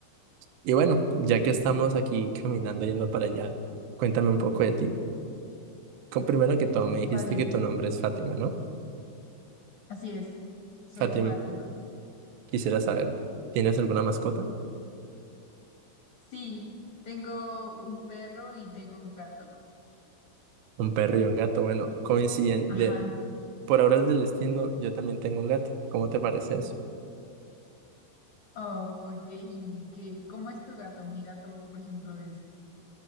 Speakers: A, on the right; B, on the left.
A: Y bueno, ya que estamos aquí caminando yendo para allá, cuéntame un poco de ti. Con- primero que todo, me dijiste
B: Vale,
A: que tu nombre es Fátima, ¿no?
B: así es. Soy
A: Fátima,
B: Fátima.
A: quisiera saber, ¿tienes alguna mascota?
B: Sí, tengo un perro y tengo un gato.
A: Un perro y un gato. Bueno, coincidente,
B: Ajá.
A: por obras del destino, yo también tengo un gato. ¿Cómo te parece eso?
B: Oh, ok. ¿Y qué, cómo es tu gato? Mi gato, por ejemplo, es